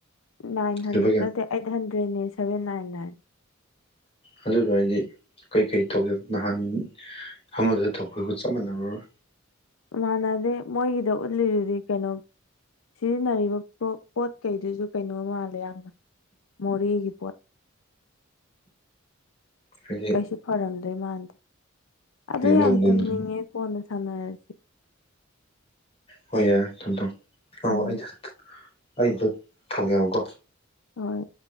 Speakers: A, on the left; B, on the left.
A: ꯅꯥꯏꯟ ꯍꯟ
B: ꯂꯨꯄꯥ ꯀꯌꯥ
A: ꯅꯠꯇꯦ ꯑꯩꯠ ꯍꯟꯗ꯭ꯔꯦꯠꯅꯦ ꯁꯚꯦꯟ ꯅꯥꯏꯟ ꯅꯥꯏꯟ
B: ꯑꯗꯨꯗꯨ ꯍꯥꯏꯗꯤ ꯀꯔꯤꯀꯩ ꯇꯧꯒꯦ ꯅꯍꯥꯟ ꯑꯃꯗꯨꯗ ꯇꯧꯕꯒ ꯆꯞ ꯃꯥꯟꯅꯔꯣꯏ
A: ꯃꯥꯟꯅꯗꯦ ꯃꯣꯏꯒꯤꯗ ꯎꯠꯂꯤꯗꯨꯗꯤ ꯀꯩꯅꯣ ꯁꯤꯖꯤꯟꯅꯔꯤꯕ ꯄ ꯄꯣꯠ ꯀꯩꯗꯨꯁꯨ ꯀꯩꯅꯣ ꯃꯥꯜꯂꯦ ꯌꯥꯝꯅ ꯃꯣꯔꯦꯒꯤ ꯄꯣꯠ
B: ꯍꯥꯏꯗꯤ
A: ꯀꯩꯁꯨ ꯐꯔꯝꯗꯣꯏ ꯃꯥꯟꯗꯦ ꯑꯗꯣ
B: ꯃꯣꯂꯣꯝꯒꯨꯝꯕꯗꯣ
A: ꯌꯥꯝ ꯇꯨꯝꯅꯤꯡꯉꯦ ꯀꯣꯟꯅ ꯁꯥꯟꯅꯔꯁꯤ
B: ꯍꯣꯏ ꯌꯥꯔꯦ ꯊꯝꯃꯦ ꯊꯝꯃꯦ ꯍ
A: ꯎꯝ
B: ꯑꯩ ꯑꯩ ꯊꯝꯒꯦꯣꯀꯣ
A: ꯍꯣꯏ